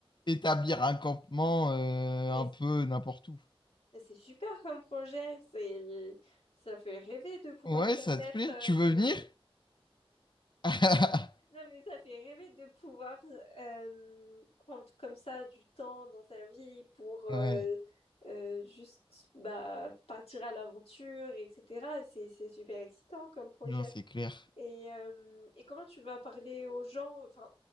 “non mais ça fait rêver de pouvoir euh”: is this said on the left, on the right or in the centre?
Left